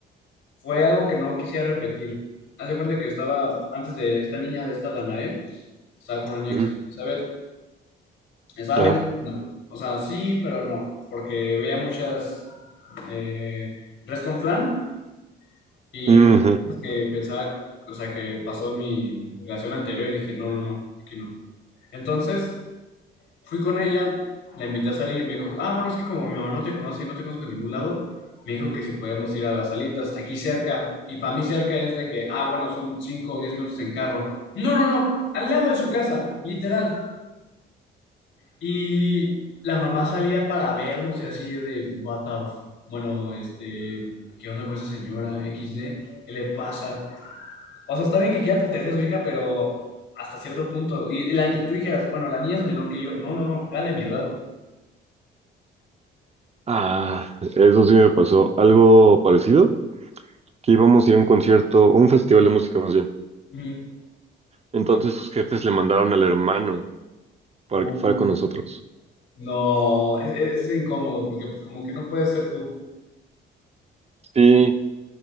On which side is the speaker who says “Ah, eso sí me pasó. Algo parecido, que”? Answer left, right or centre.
Right